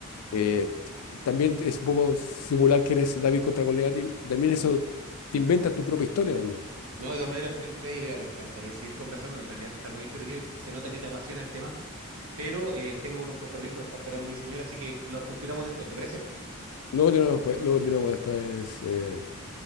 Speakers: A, on the left; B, on the right.
A: eh, t- también es un poco simular que eres David contra Goliat y también eso te inventas tu propia historia también.
B: No, de todas maneras, Fre- Freddy, mira, me encantaría seguir conversando, que en realidad está muy entretenido y y se nota que te apasiona el tema, pero eh, tengo unos compromisos, me está esperando mi señora, así que los continuamos después, ¿te parece?
A: Luego continuamos, pues, luego continuamos después, eh,